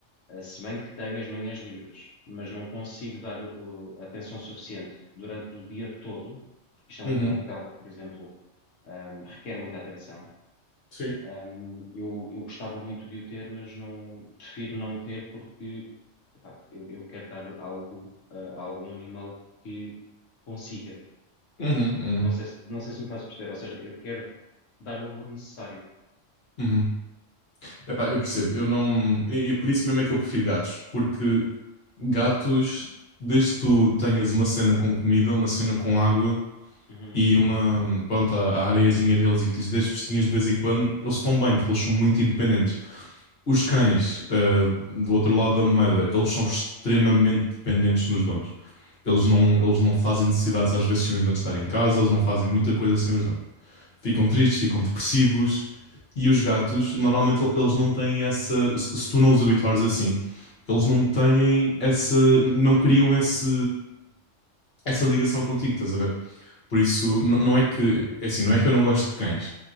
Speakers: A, on the left; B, on the left.
A: eh, se bem que tenho as manhãs livres, mas não consigo dar uh, atenção suficiente durante o dia todo, porque isto é
B: uhum.
A: um, é um cão que, por exemplo, hum, requer muita atenção
B: Sim.
A: Um, eu, eu gostava muito de o ter, mas não prefiro não ter porque epá, eu, eu quero dar algo uh, a algum animal que consiga.
B: Uhum, uhum,
A: Não sei se, não sei se me faço perceber, ou seja, eu quero dar o amor necessário.
B: uhum. Epá, eu percebo, eu não. E, e por isso mesmo é que eu prefiro gatos, porque gatos, desde que tu tenhas uma cena com comida, uma cena com água
A: Uhum.
B: e uma, pronto, a, a areiazinha deles e que lhes dês festinhas de vez em quando, eles estão bem, porque eles são muito independentes. Os cães, ah, do outro lado da moeda, eles são extremamente dependentes nos donos. Eles não, eles não fazem necessidades às vezes sem os donos estarem em casa, eles não fazem muita coisa sem os donos. ficam tristes, ficam depressivos. E os gatos, normalmente, eles não têm essa. Se tu não os habituares assim, eles não têm essa. Não criam esse. Essa ligação contigo, estás a ver? Por isso, n- não é que. é Assim, não é que eu não gosto de cães,